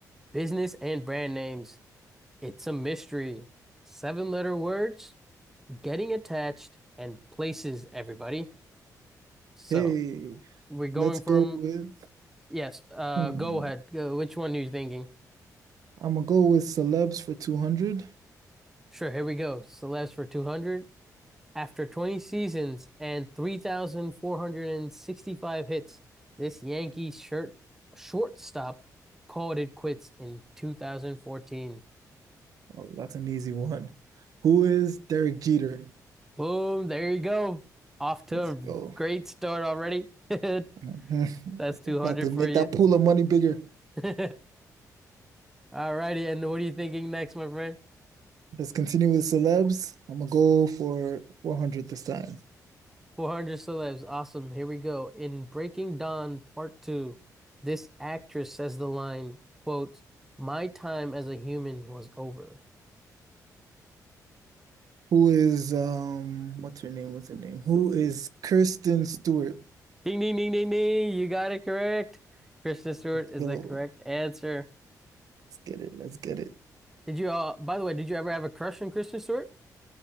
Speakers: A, in the centre; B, on the right (about 65°).
A: business, and brand names. It's a mystery. Seven letter words, getting attached, and places, everybody. So
B: Hey,
A: we're going
B: let's go
A: from,
B: with,
A: yes, uh,
B: hmm,
A: go ahead. Go, which one are you thinking?
B: I'm gonna go with celebs for 200.
A: Sure, here we go. Celeste for 200. After 20 seasons and 3,465 hits, this Yankee shirt shortstop called it quits in 2014.
B: Oh, that's an easy one. Who is Derek Jeter?
A: Boom, there you go. Off to
B: Let's
A: a
B: go.
A: great
B: <laughs>
A: start already. <laughs>
B: Mhm.
A: That's 200
B: About to
A: for
B: make
A: you.
B: that pool of money bigger.
A: <laughs> All righty, and what are you thinking next, my friend?
B: Let's continue with celebs. I'm gonna go for 400 this time.
A: 400 celebs. Awesome. Here we go. In Breaking Dawn Part 2, this actress says the line, quote, "My time as a human was over."
B: Who is, um, what's her name? What's her name? Who is Kirsten Stewart?
A: Ding, ding, ding, ding, ding. You got it correct. Kristen Stewart
B: Let's
A: is
B: go.
A: the correct answer.
B: Let's get it. Let's get it.
A: Did you uh by the way, did you ever have a crush on Kristen Stewart?